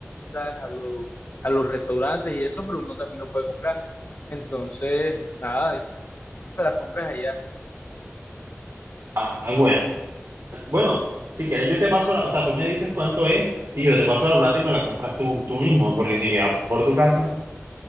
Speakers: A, on the left (about 50°); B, on the right (about 75°).
A: venden a los, a los restaurantes y eso, pero uno también lo puede comprar. Entonces, nada, las compras allá.
B: Ah, bueno. Bueno, si quieres yo te paso la, o sea, tú me dices cuánto es y yo te paso la plata y me la compras tú, tú mismo, porque si queda por tu casa,